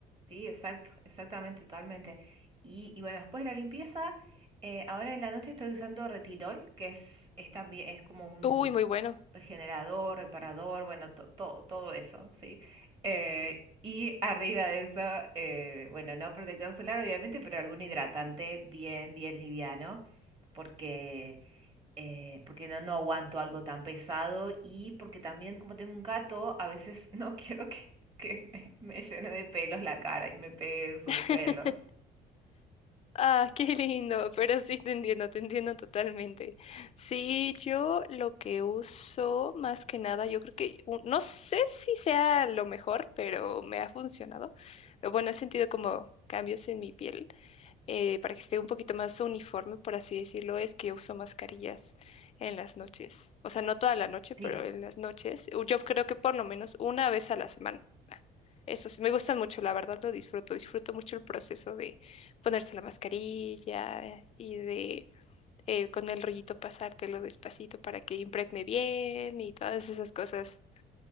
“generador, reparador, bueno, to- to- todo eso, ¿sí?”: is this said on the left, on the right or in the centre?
Right